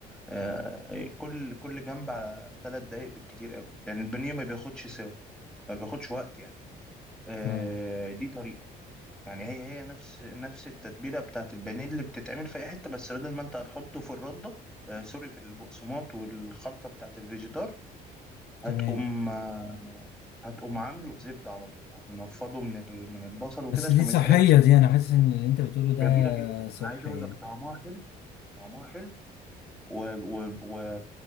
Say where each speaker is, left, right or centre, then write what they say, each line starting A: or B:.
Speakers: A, in the centre; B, on the left (about 70°).
A: آه، إيه، كل كل جنب على ثلاث دقايق بالكتير قوي لأن يعني البانيه ما بياخدش سوا ما بياخدش وقت يعني آه،
B: اه
A: دي طريقة يعني هي هي نفس نفس التتبيلة بتاعت البانيه اللي بتتعمل في أي حتة بس بدل ما أنت هتحطه في الردة آه، سوري في البقسماط والخلطة بتاعت الفيجيتار هتقوم
B: تمام
A: آه، هتقوم عامله في زبدة على طول هتنفضه من ال- من البصل وكده
B: بس
A: عشان
B: دي
A: ما
B: صحية
A: يتحرقش
B: دي أنا حاسس إن اللي أنت بتقوله ده
A: جميلة جدا
B: صحية
A: عايز أقول لك طعمها حلو طعمها حلو و... و... و...